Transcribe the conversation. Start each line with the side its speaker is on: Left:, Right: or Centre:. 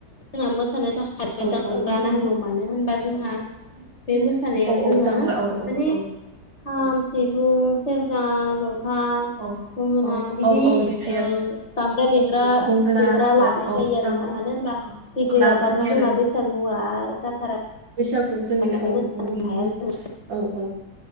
Left: जोंहा मोसानो थाखाय
Right: औ
Left: दामग्रा
Right: औ
Left: नांगौ मानो होनबा जोंहा बे मोसानायाव
Right: औ
Left: जोङो
Right: औ दामग्रा औ औ
Left: माने
Right: औ
Left: खाम सिफुं सेरजा जथा
Right: औ
Left: गंगोना
Right: औ
Left: बिदि
Right: औ औ थायो
Left: ओ दाम्रा देग्रा
Right: गंगोना
Left: देग्रा
Right: औ
Left: लानाय
Right: औ
Left: जायो आरोना
Right: दामग्रा
Left: मानो होनबा बे गैयाबथ'
Right: लानाय जायो
Left: जोंना बै सागुया जाथारा।
Right: बैसागु जोंनिनो
Left: माने
Right: औ
Left: मोसानो
Right: औ बुं।
Left: हाया जों
Right: औ औ